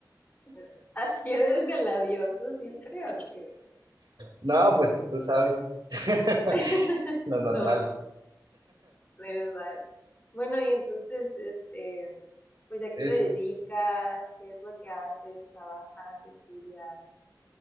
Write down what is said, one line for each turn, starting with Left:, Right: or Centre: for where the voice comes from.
Left: <laughs> ¿Así eres del labioso siempre o qué?
Right: No, pues tú sabes. <laughs>
Left: <laughs>
Right: lo normal.
Left: No, no. menos mal. Bueno, y entonces, este, pues, ¿a qué
Right: Es,
Left: te dedicas? ¿Qué es lo que haces? ¿Trabajas? ¿Estudias?